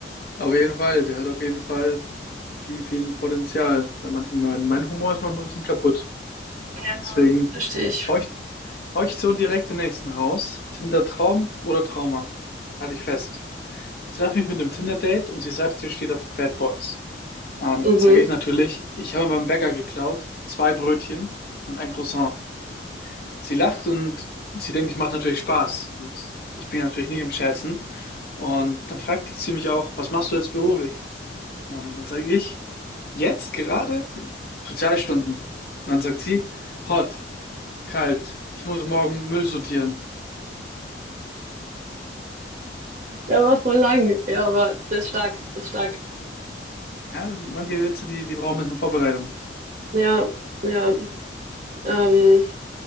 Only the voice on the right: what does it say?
Ja,
verstehe ich.
Mhm.
Der war voll lang. Ja, aber der ist stark, ist stark.
Ja, ja, ähm,